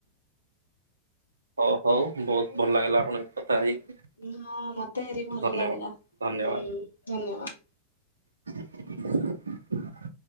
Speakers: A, on the right; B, on the left.
A: ହଉ, ହଉ ବହୁତ
B: ହଉ।
A: ଭଲ ଲାଗିଲା ଆପଣଙ୍କ କଥା ହେଇକି।
B: ହଁ, ମତେ ଭାରି ଭଲ
A: ଧନ୍ୟବାଦ
B: ଲାଗିଲା ହୁଁ
A: ଧନ୍ୟବାଦ।
B: ଧନ୍ୟବାଦ।
A: <inaudible>